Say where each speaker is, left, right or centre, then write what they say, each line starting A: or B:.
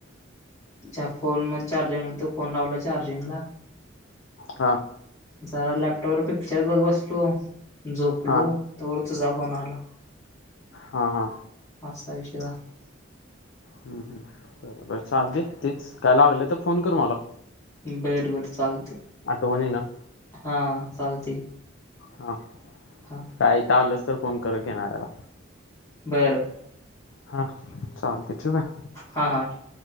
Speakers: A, on the left; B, on the left.
A: चा फोन मध्ये चार्जिंग होत फोन लावला चार्जिंग ला.
B: हा.
A: जरा लॅपटॉपवर पिक्चर बघ बसतो, झोपलो
B: हा
A: तो वर तुझा फोन आला.
B: हा हा.
A: असं ही विषय. <unintelligible>
B: हम्म हम्म बरोबर हेच्या अगदी तीच काय लावलं तर फोन कर मला.
A: बरं बरं चालते.
B: आठवणी ना.
A: हा चालती.
B: हा.
A: हा.
B: काही तर आलंच तर फोन कर की येणार याला.
A: बरं.
B: हा चालते ठेवू काय?
A: हा हां ठेव.